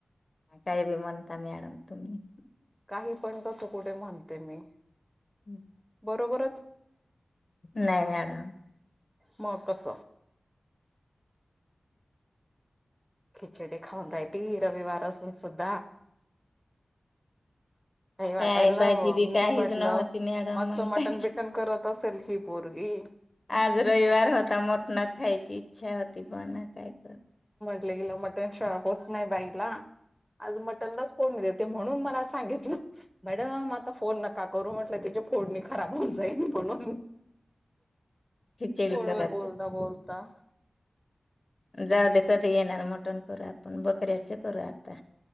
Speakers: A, on the left; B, in the centre.
A: ह काय भ म मॅडम तुमही
B: काही पण कसं कुठे म्हणते मी
A: हम्म
B: बरोबर
A: नाही मॅडम
B: म कस खिचडी खाऊन राहिती रविवार असून सुद्धा काही वाटायला
A: काय बाजी
B: हवं.
A: बी
B: मी
A: काहीच
B: म्हटलं
A: नव्हती आणि मॅडम
B: मस्त
A: मंग
B: मटण
A: काय,
B: बिटण करत असेल ही पोरगी
A: आज रविवार होता मोठण खायची छ तिको नाय काय कर
B: मटन शा होत नाही बाईला आज मटनलाच फोन देते म्हणून मला सांगितलं मॅडम आता फोन नका करू म्ह ल त्यजी फोडणी खराब होऊन जाई म्हणून
A: खिचडी
B: फोन
A: करत
B: वर बोलता बोलता
A: जाऊ दे कधी येणार मटण करूया आपण. बकऱ्याचं करू आता.